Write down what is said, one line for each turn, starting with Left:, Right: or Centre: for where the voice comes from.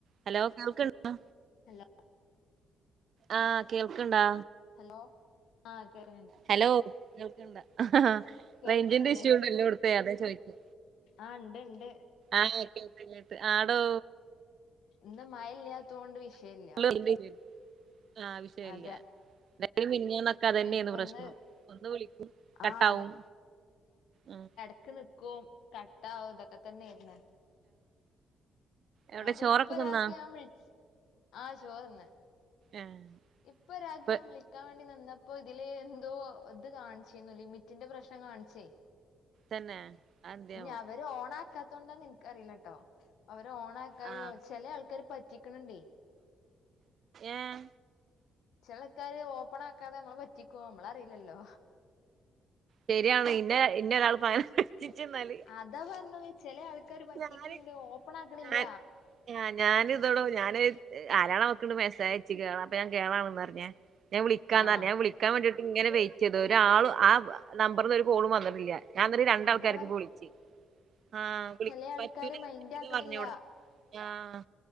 Right: Hello കേൾക്ക്ണ്ടാ
Left: hello
Right: ആ കേൾക്ക്ണ്ടാ?
Left: ഹലോ. ആകേര
Right: ഹലോ കേൾക്ക്ണ്ട ഹ ഹ ഹ
Left: കേൾക്കുന്നുണ്ട്
Right: റേഞ്ചിന്റെ ഇഷ്യൂ ഇണ്ടല്ലോടു ത്തെ അതാ ചോയിച്ചേ
Left: ആഹ് ഉണ്ട് ഉണ്ട്
Right: ആഹ് കേട്ട് കേട്ട് ആടോ.
Left: ഇന്ന് മഴയില്ല തോണ്ട് വിഷയല്ല.
Right: <unintelligible> ആവിശ്യല്ല
Left: അതെ
Right: <unintelligible> ക്കതന്നെയ്ന്ന്
Left: ഇപ്പൊ
Right: പ്രശ്നം
Left: ഇന്ന്
Right: ഒന്ന് വിളിക്കും കട്ടാവും
Left: ആഹ്
Right: ഉം
Left: ക്ക് നിക്കും കട്ടാവും ഇതൊക്കെ തന്നെര്ന്ന്.
Right: എവിടെ
Left: അപ്പൊ
Right: ചോറൊക്കെ
Left: ഇപ്പൊ ഒരാക്ക്
Right: തിന്നാ
Left: ഞാൻ വിളിച് ആഹ് ചോറ്ന്ന്.
Right: ഏഹ്
Left: ഇപ്പൊ ഒരാക്ക്
Right: ഇപ്പ
Left: ഞാൻ വിളിക്കാൻ വേണ്ടി നിന്നപ്പോ ഇതില് എന്തോ ഇത് കാണിച്ചിന്നു ലിമിറ്റിന്റെ പ്രശ്നം കാണിച്ചെയ്.
Right: തന്നെ അതെന്ത്യാവോ
Left: ഇഞ്ഞ് അവര് ഓണാക്കാത്തോണ്ടാന്ന് ന്ക്കറില്ലട്ടോ. അവരെ ഓണാക്കായാവും
Right: ആഹ്
Left: ചെല ആൾക്കാര് പറ്റിക്ക്ണ്ണ്ണ്ടെയ്.
Right: ഏഹ്
Left: ചില ൾക്കാര് ഓപ്പൺ ആക്കാതെ നമ്മളെ പറ്റിക്കു നമ്മളറില്ലല്ലോ.
Right: ശരിയാണ് ഇനെ ഇന്നൊരാൾ അങ്ങെ നെ പറ്റിച്ച്ന്നാല്.
Left: അതാ പറഞ്ഞത് ചെല ആൾക്കാര് പറ്റിക്ക്ണ്ണ്ണ്ട്
Right: ഞാന്
Left: ഓപ്പൺ ആക്ക്ണില്ല.
Right: ഞാൻ ആഹ് ഞാനി ഇതെടോ ഞാന് <unintelligible> ഞാൻ വിളിക്കാന്നാ
Left: ആഹ്
Right: ഞാൻ വിളിക്കാൻ വേണ്ടിട്ട് ഇങ്ങനെ വെയിറ്റെയ്തു ഒരാളും ആഹ് നമ്പറിന്ന് ഒരു കോളും വന്നിട്ടില്ല. ഞാനിന്നിട്ട് രണ്ടാൾക്കാർക്ക്
Left: അതാ
Right: വിളിച്ചു ആഹ്
Left: ചേലെ ആൾക്കാര്
Right: പറ്റൂല
Left: മൈന്ഡ്
Right: പറ്റൂല
Left: ആക്കണില്ല.
Right: പറഞ്ഞോട് ആഹ്